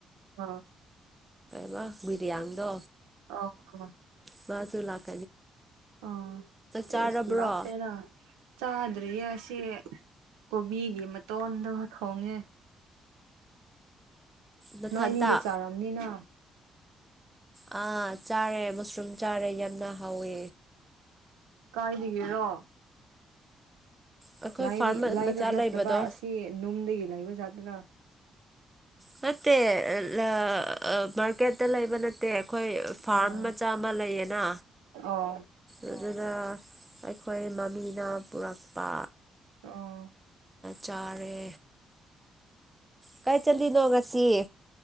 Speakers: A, on the right; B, on the right.
A: ꯑꯥ
B: ꯕ ꯕꯤꯔꯌꯥꯅꯤꯗꯣ
A: ꯑ ꯑ
B: ꯁ ꯂꯥꯛ
A: ꯑꯣ
B: ꯆꯥꯔꯕ꯭ꯔꯣ
A: ꯑꯦꯁ ꯂꯥꯞꯄꯦꯔ ꯆꯥꯗ꯭ꯔꯤꯌꯦ ꯁꯤ ꯀꯣꯕꯤꯒꯤ ꯃꯇꯣꯟꯗꯣ ꯊꯣꯡꯉꯦ
B: ꯅꯊꯟꯇ
A: ꯅꯣꯏꯅꯤ ꯆꯔꯝꯅꯤꯅ
B: ꯑꯥ ꯆꯥꯔꯦ ꯃꯁꯔꯨꯝ ꯆꯥꯔꯦ ꯌꯥꯝꯅ ꯍꯥꯎꯋꯦ
A: ꯀꯥꯏꯗꯤꯒꯦꯔꯣ
B: ꯑꯩꯈꯣꯏ
A: ꯕ
B: ꯐꯥꯔꯝ
A: ꯂꯥꯏꯕ
B: ꯃꯆꯥ
A: ꯅꯠꯇꯕ
B: ꯂꯩꯕꯗꯣ
A: ꯑꯁꯤ ꯅꯨꯡꯗꯒꯤ ꯂꯥꯏꯕꯖꯥꯠꯇꯅ
B: ꯃꯦ ꯑꯦ ꯃꯔꯀꯦꯗꯂ ꯏꯕ ꯅꯠꯇꯦ ꯑꯩꯈꯣꯏ ꯐꯥꯔꯝ
A: ꯑꯣ
B: ꯃꯆꯥ ꯑꯃ ꯂꯩꯌꯦꯅ
A: ꯑꯣ
B: ꯑꯗꯨꯗ ꯑꯩꯈꯣꯏ ꯃꯃꯤꯅ ꯄꯨꯔꯛꯄ
A: ꯑꯣ
B: ꯆꯔꯦ ꯀꯥꯏ ꯆꯠꯂꯤꯅꯣ ꯉꯁꯤ